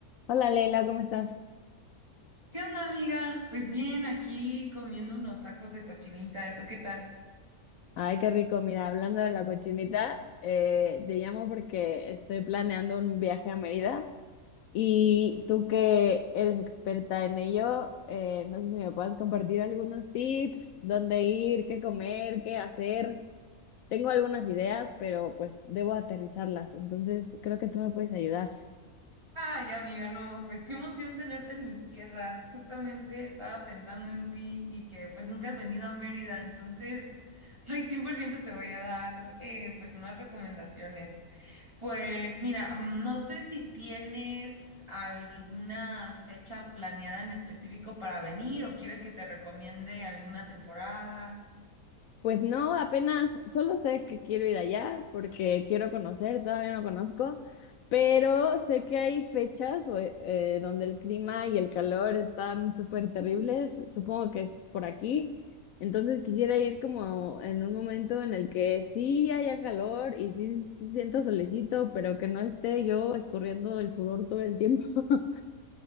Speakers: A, on the left; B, on the right.
A: Hola Leila, ¿cómo estás?
B: ¿Qué onda, amiga? Pues bien, aquí comiendo unos tacos de cochinita. ¿Tú qué tal?
A: Ay, qué rico. Mira, hablando de la cochinita, eh, te llamo porque estoy planeando un viaje a Mérida y tú que eres experta en ello, eh, no sé si me puedes compartir algunos tips, dónde ir, qué comer, qué hacer. Tengo algunas ideas, pero pues debo aterrizarlas, entonces creo que tú me puedes ayudar.
B: Ay, amiga, no, pues qué emoción tenerte en mis tierras. Justamente estaba pensando en ti y que pues nunca has venido a Mérida, entonces, <laughs> ay, 100% te voy a dar eh, pues unas recomendaciones. Pues mira, mm, no sé si tienes alguna fecha planeada en específico para venir o quieres que te recomiende alguna temporada.
A: Pues no, apenas solo sé que quiero ir allá porque quiero conocer, todavía no conozco, pero sé que hay fechas o, eh, eh, donde el clima y el calor están súper terribles, supongo que es por aquí, entonces quisiera ir como en un momento en el que sí haya calor y sí, sí siento solecito, pero que no esté yo escurriendo el sudor todo el tiempo. <laughs>